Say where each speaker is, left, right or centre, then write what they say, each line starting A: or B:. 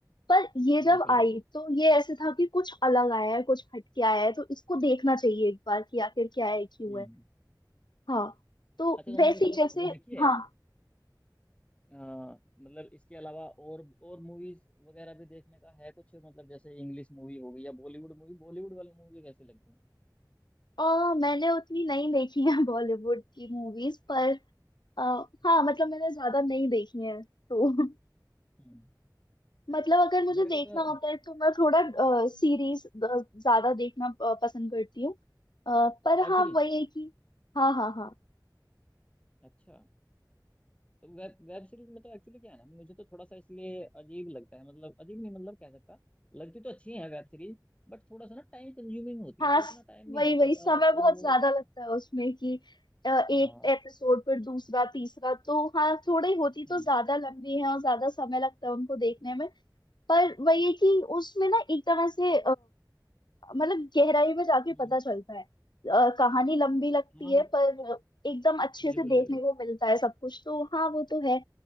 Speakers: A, on the left (about 75°); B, on the left (about 15°).
A: पर ये जब
B: बिल्कुल
A: आई
B: बिल्कुल
A: तो ये ऐसे था कि कुछ अलग आया है कुछ हटके आया है तो इसको देखना चाहिए एक बार कि आखिर क्या है क्यों
B: हम्म
A: है हाँ तो
B: अच्छा तुमने
A: वैसे ही जैसे
B: वो देखी है
A: हाँ
B: अ, मतलब इसके अलावा और और मूवीज वगैरह भी देखने का है कुछ मतलब जैसे इंग्लिश मूवी हो गई या बॉलीवुड मूवी बॉलीवुड वाली मूवी कैसे लगती है
A: और मैंने उतनी नहीं देखी है <laughs> बॉलीवुड की मूवीज पर अ,
B: अच्छा
A: हाँ मतलब मैंने ज्यादा नहीं देखी है तो <laughs>
B: हम्म
A: मतलब अगर मुझे
B: मेरे
A: देखना
B: को तो
A: होता है तो मैं थोड़ा सीरीज ज्यादा देखना अ, पसंद करती हूँ अ, पर
B: वेब
A: हाँ
B: सीरीज
A: वही है कि हाँ हाँ हाँ
B: अच्छा तो वेब वेब सीरीज में तो एक्चुअली क्या है ना मुझे तो थोड़ा सा इसलिए अजीब लगता है मतलब अजीब नहीं मतलब कह सकता लगती तो अच्छी है वेब सीरीज बट थोड़ा सा ना टाइम कंज्यूमिंग होती
A: हाँ
B: है तो इतना
A: स-
B: टाइम नहीं
A: वही
B: हो
A: वही
B: पाता
A: समय
B: तो
A: बहुत ज्यादा लगता है उसमें कि अ, एक
B: हाँ
A: एपिसोड पर दूसरा तीसरा तो हाँ थोड़ी होती
B: हम्म
A: तो ज्यादा लंबी है और ज्यादा समय लगता है उनको देखने में पर वही है कि उसमें ना एकदम ऐसे मतलब गहराई में जाके
B: हम्म
A: पता चलता है अ, कहानी लंबी लगती
B: हाँ
A: है पर एकदम अच्छे
B: बिल्कुल
A: से देखने
B: बिल्कुल
A: को मिलता है सब कुछ तो हाँ वो तो है